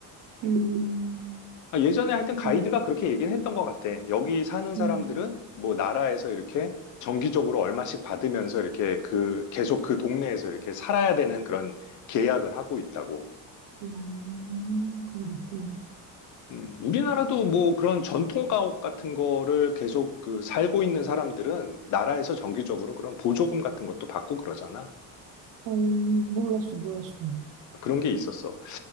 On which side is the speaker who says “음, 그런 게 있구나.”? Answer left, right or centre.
Right